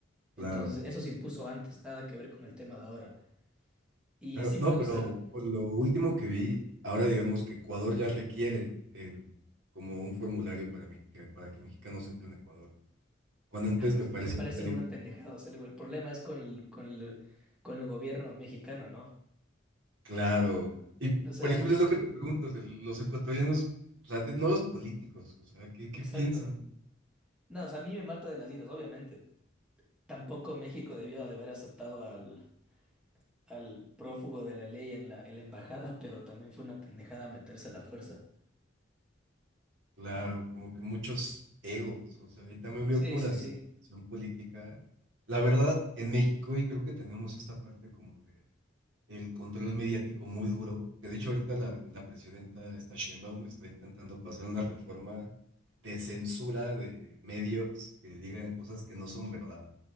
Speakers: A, on the right; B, in the centre.
A: Claro.
B: Entonces, eso se impuso antes, nada que ver con el tema de ahora. Y
A: Claro,
B: sí,
A: No,
B: pues,
A: pero
B: o sea,
A: por lo último que vi, ahora digamos que Ecuador ya requiere el, como un formulario para, mexica- para que mexicanos entren a Ecuador. Cuando antes
B: ah, pues
A: me parece
B: me parece
A: que era libre.
B: una pendejada. O sea, el, el problema es con el, con el, con el gobierno mexicano, ¿no?
A: Claro. Y
B: O sea,
A: por ejemplo,
B: ahí,
A: es lo que te pregunto, de los ecuatorianos, o sea, de- no los políticos, o sea, ¿qué, qué
B: exacto.
A: piensan?
B: No, o sea, a mí me mata de las iras, obviamente. Tampoco México debió de haber aceptado al, al prófugo de la ley en la, en la embajada, <laughs> pero también fue una pendejada meterse a la fuerza.
A: Claro, como que muchos egos, o sea, y también veo
B: Sí,
A: como
B: sí,
A: la desinformación
B: sí,
A: política. La verdad, en México, y creo que tenemos esta parte como de el control mediático muy duro, que de hecho ahorita la, la presidenta, esta Sheinbaum, está intentando pasar una reforma de censura de medios que digan cosas que no son verdad,